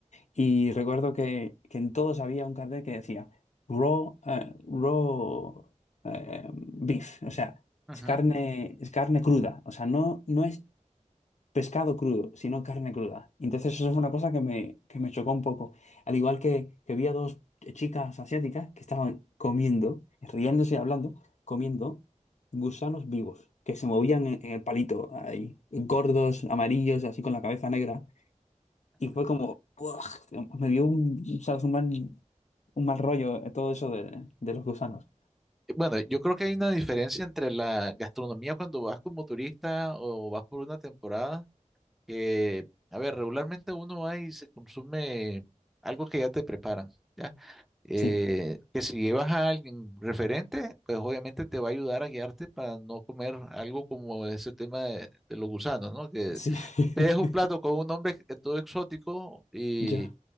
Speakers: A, on the left; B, in the centre.
A: Y recuerdo que, que en todos había un cartel que decía raw, eh, raw eh, beef, o sea,
B: Ujú.
A: es carne, es carne cruda, o sea, no, no es pescado crudo, sino carne cruda. Entonces eso es una cosa que me, que me chocó un poco. Al igual que, que vi a dos chicas asiáticas que estaban comiendo, riéndose y hablando, comiendo gusanos vivos, que se movían en, en el palito, ahí, gordos, amarillos, así con la cabeza negra. Y fue como, ¡buah! me dio un, ¿sabes? un mal, un mal rollo eh, todo eso de, de los gusanos.
B: Bueno, yo creo que hay una diferencia entre la gastronomía cuando vas como turista o vas por una temporada, que, a ver, regularmente uno va y se consume algo que ya te preparan, ¿ya? eh,
A: Sí,
B: que si llevas a alguien referente, pues obviamente te va a ayudar a guiarte para no comer algo como ese tema de, de los gusanos, ¿no? Que
A: sí. <laughs>
B: te es un plato con un nombre que- todo exótico y,
A: Ya,